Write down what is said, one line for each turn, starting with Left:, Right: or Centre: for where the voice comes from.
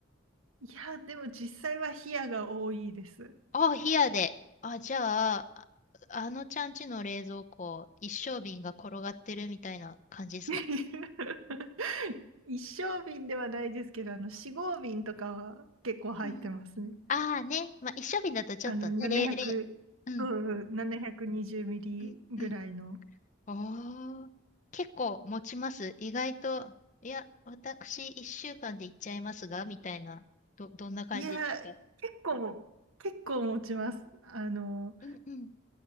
Right: いや、でも実際は冷やが多いです。
Left: あ、冷やで。あ、じゃあ、ああのちゃんちの冷蔵庫、一升瓶が転がってるみたいな感じですか。
Right: <laughs> 一升瓶ではないですけど、あの、四合瓶とかは結構入ってますね。
Left: うん。ああね、まあ、一升瓶だとちょっとね、
Right: あの、700、
Left: れ、れ、うん、
Right: うんうん、720ミリぐらいの。
Left: うん、うん。ああ、結構持ちます。意外と、いや、私1週間で行っちゃいますが、みたいな、ど、どんな感じですか
Right: いや、結構、結構持ちます。あの、
Left: うんうん、